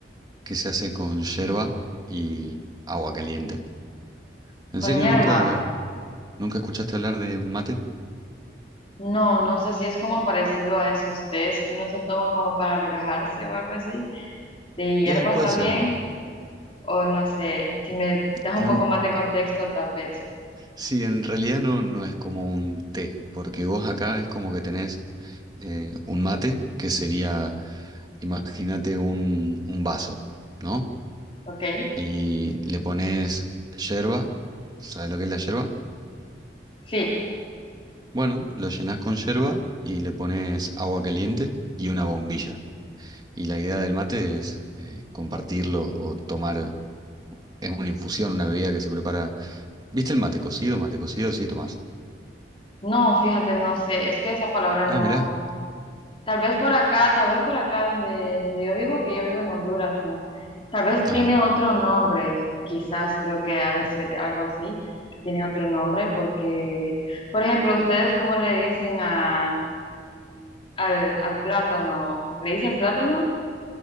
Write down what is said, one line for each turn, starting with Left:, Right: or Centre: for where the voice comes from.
Right: que se hace con yerba y agua caliente. ¿En
Left: con
Right: serio
Left: hierba.
Right: nunca? ¿Nunca escuchaste hablar de un mate?
Left: No, no sé si es como parecido a esos tés que uno se toma como para relajarse o algo así. De hierbas
Right: Eh, puede
Left: también.
Right: ser.
Left: O no sé, si me das un
Right: En-
Left: poco más de contexto, tal vez.
Right: sí, en realidad no, no es como un té, porque vos acá es como que tenés eh, un mate, que sería, imagínate un, un vaso, ¿no?
Left: ¿Ok?
Right: Y le pones yerba, ¿sabes lo que es la yerba?
Left: Sí.
Right: Bueno, lo llenás con yerba y le pones agua caliente y una bombilla. Y la idea del mate es eh, compartirlo o tomar, es una infusión, una bebida que se prepara ¿Viste el mate cocido? Mate cocido, sí, Tomás.
Left: No, fíjate, no sé. Es que esa palabra
Right: Ah,
Left: no.
Right: mirá.
Left: Tal vez por acá, tal vez por acá donde, donde yo vivo, que yo vivo en Honduras, ¿no? Tal vez
Right: Ajá.
Left: tiene otro nombre. Quizás creo que ha de ser algo así, que tiene otro nombre, porque, por ejemplo, ¿ustedes cómo le dicen a, al, al plátano? ¿Le dicen plátano?